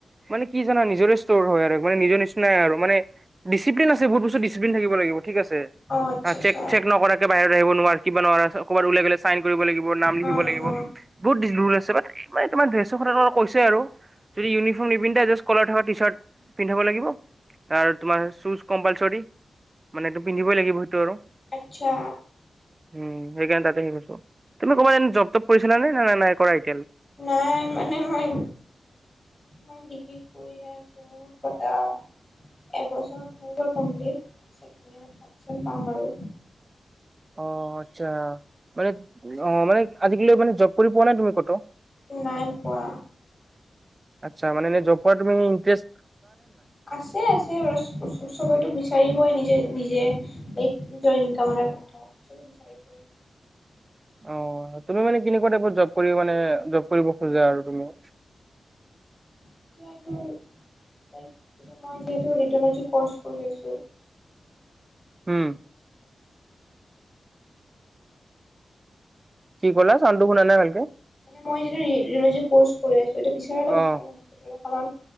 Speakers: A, on the right; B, on the left.
A: মানে কি জানা নিজৰে ষ্ট'ৰ হয় আৰু মানে। নি নিচিনাই মানে ডিচিপ্লিন আছে, বহুত বস্তু ডিচপ্লিন থাকিব লাগিব। ঠিক আছে।
B: অ আচ্ছা আচ্ছা
A: চেক চেক নকৰাকে বাহিৰত আহিব নোৱাৰাৰে, কিবা নোৱাৰা বাত ওলাই গ'লে চাইন কৰিব লাগিব, নাম লিখিব
B: অ
A: লাগিব,
B: অ
A: বহুত আছে বাট মানে তাৰ ডেশ ফ কৈছে আৰু। যদি ইউনিফৰ্ম নিপিন্ধে জাষ্ট কলাৰ থকা টি চাৰ্ট পিন্ধিব লাগিব। আৰু তোমাৰ চোজ কম্পালচৰি, মানে পিন্ধিবই লাগিব সেইটো আৰু।
B: আতচ্ছা।
A: উম, সেইকাৰণে তাতে সেই কৰিছো। তুমি কবাত জব টব কৰিছিলা নে নাই নাই নাই কৰাই একো
B: নাই মানে মই মই ডিগ্ৰী কৰি হে আছো। ক <unintelligible> এবছৰ হৈ গল কমপ্লিট, থাৰ্ড চেম পাম আৰু।
A: অ আচ্ছা, মানে অ মানে আজিকালি মানে জব কৰি পোৱা নাই তুমি কটো?
B: নাই পোৱা।
A: আচ্ছা মানে এনে জব কৰা তোৰ ইনট্ৰৰেছ
B: আছে আছে চবৰেতো বিচাৰিবই নিজে। নিজে নিজৰ ইনকাম এ কথা বিচাৰ <unintelligible>
A: অ তুমি মানে কেনেকুৱা টাইপত জব কৰি মানে জব কৰিব খোজা আৰু তুমি।
B: এতিয়া এইটো তাই এ মই, <unintelligible> যিহেতু ৰেডিঅ'লজি কৰ্চ কৰি আছো,
A: উম, কি ক'লা চাউণ্ডটো শুনা নাই ভালকে
B: <unintelligible> মই যিটো ৰেডিঅ'লজি কৰ্চ কৰি আছোঁ। এইটো বিচাৰ এটা
A: অ'।
B: ভাল হস্পিটেল। হ'ব অ